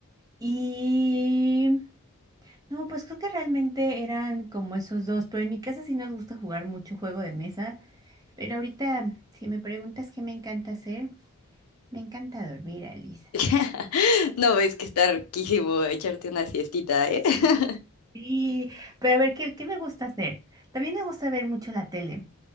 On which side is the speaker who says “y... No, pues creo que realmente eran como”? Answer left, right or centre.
Right